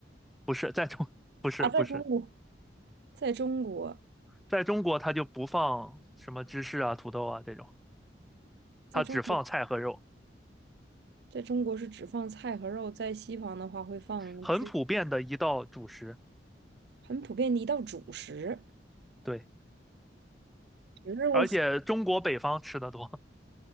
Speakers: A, in the centre; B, on the right.
A: 不是在中，<laughs> 不是不是。
B: 啊，在中国，在中国，
A: 在中国它就不放什么芝士啊、土豆啊这种，它只放菜和肉，
B: 在中国，在中国是只放菜和肉，在西方的话会放只
A: 很普遍的一道主食。
B: 很普遍的一道主食。
A: 对，
B: 只是我
A: 而且中国北方吃的多，